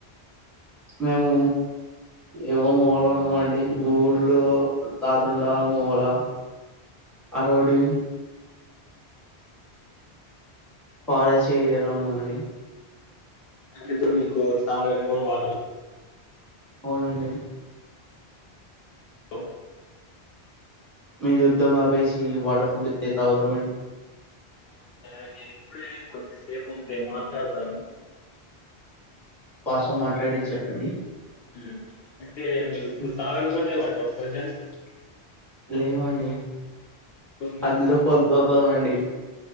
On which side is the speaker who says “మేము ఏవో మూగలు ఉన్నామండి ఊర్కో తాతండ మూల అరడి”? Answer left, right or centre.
Centre